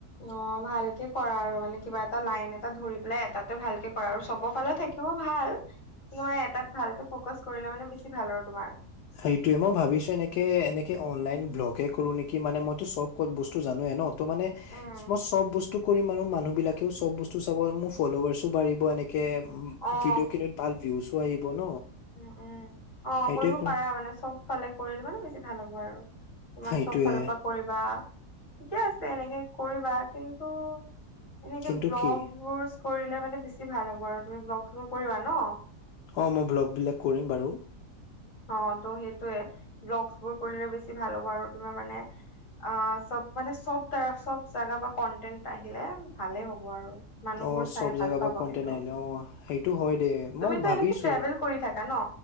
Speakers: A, on the left; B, on the left.
A: অঁ' ভালকে কৰা আৰু কিবা এটা লাইন এটা ধৰি পেলাই এটাতে ভালকে কৰা আৰু চবৰ ফালে থাকি থাকিও ভাল মানে এটাত ভালকে ফকাচ কৰিলে মানে বেছি ভাল আৰু তোমাৰ।
B: সেইটোয়ে, মই ভাবিছো এনেকে এনেকে অনলাইন ব্লগে কৰো নেকি মানে মইতো চ'ব ক'ত বস্তু জানোয়ে ন'। ত' মানে
A: উম
B: মই চ'ব বস্তু কৰিম আৰু মানুহ বিলাকে‌ও চ'ব বস্তু চাব, মোৰ ফল্লোৱাছ বাঢ়িব এনে কে উমঁ'
A: অ
B: ভিডিঅ' খিনিত ভাল ভিউচও আহিব ন'।
A: উমঁ' উমঁ' অহ'
B: সেইটোৱে
A: কৰিব
B: কৰো
A: পাৰা মানে চ'ব ফালে কৰিলো মানে বেছি ভাল হ'ব আৰু। তোমাৰ
B: সেইটোৱে
A: চ'ব ফালৰ পৰা কৰিবা ঠিকে আছে এনেকে কৰিবা কিন্তু- এনেকে
B: কিন্তু
A: ব্লগবোৰ
B: কি
A: কৰিলে মানে বেছি ভাল হ'ব আৰু তুমি ব্লগবোৰ কৰিবা ন'?
B: অঁ' মই ব্লগবিলাক কৰিম বাৰু।
A: অঁ' ত' সেইটোয়ে, ব্লগবোৰ কৰিলে বেছি ভাল হ'ব আৰু তোমাৰ মানে- আহ' চ'ব মানে চ'ব তাৰ চ'ব জাগা পৰা কন্টেণ্ট আহিলে ভালেই হ'ব আৰু। মানুহবোৰ
B: অ
A: চাই
B: চব
A: ভাল
B: জেগা
A: পাব
B: পা কন্টেন
A: কিন্তু।
B: আহিলে অ সেইটো হয় দে মই
A: তুমিতো
B: ভাবিছো
A: এনেকে ট্ৰেভেল কৰি থাকা ন